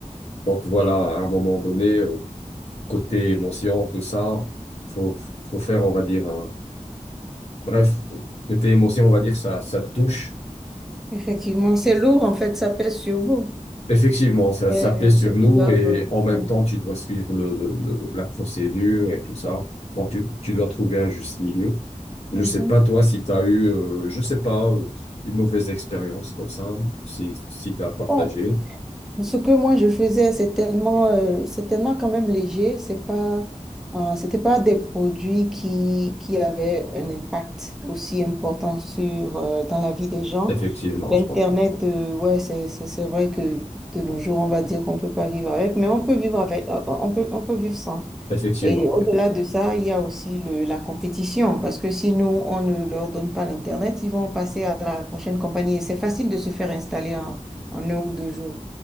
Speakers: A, on the left (about 50°); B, in the centre.
A: Donc voilà, à un moment donné, euh, côté émotion, tout ça, faut, faut faire, on va dire, un- bref, côté émotion, on va dire, ça, ça te touche.
B: Effectivement, c'est lourd en fait, ça pèse sur vous.
A: Effectivement, ça,
B: Et,
A: ça pèse
B: euh, ceux
A: sur
B: qui
A: nous
B: doivent.
A: et
B: euh,
A: en même
B: ouais.
A: temps, tu dois suivre le, le- le- la procédure et tout ça. Donc, tu, tu dois trouver un juste milieu. Je
B: Mhm.
A: sais pas, toi, si tu as eu, euh, je sais pas, euh, une mauvaise expérience comme ça, si, si tu as partagé.
B: Bon, ce que moi je faisais, c'est tellement, euh, c'est tellement quand même léger. C'est pas, euh, c'était pas des produits qui, qui avaient un impact aussi important sur euh, dans la vie des gens.
A: Effectivement,
B: L'Internet,
A: je comprends.
B: euh, ouais, c'est, c'est c'est vrai que de nos jours, on va dire qu'on peut pas vivre avec, mais on peut vivre avec, euh, on peut, on peut vivre sans.
A: Effectivement,
B: Et
A: oui.
B: au-delà de ça, il y a aussi le- la compétition, parce que si nous, on ne leur donne pas l'Internet, ils vont passer à la prochaine compagnie. Et c'est facile de se faire installer en, en un ou deux jours.